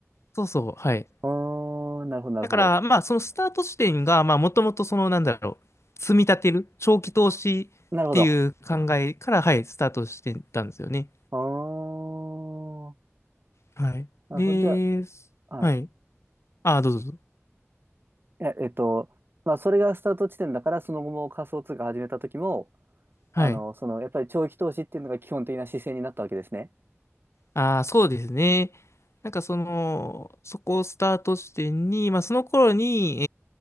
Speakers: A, on the left (about 65°); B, on the right (about 45°).
A: そうそう。はい。
B: あーなるほど、なるほど。
A: だから、まあ、そのスタート地点が、まあ、もともとその、なんだろう、積み立てる、長期投資っていう考えから、
B: なるほど。
A: はい、スタートしてたんですよね。
B: ああ、
A: はい。
B: なるほど。
A: で、
B: じゃあ、はい。
A: はい。ああ、どうぞどうぞ。
B: え、えっと、まあ、それがスタート地点だから、その後も仮想通貨始めた時も、
A: はい。
B: あの、その、やっぱり長期投資っていうのが基本的な姿勢になったわけですね。
A: ああ、そうですね。なんかその、そこをスタート地点に、まあ、その頃に、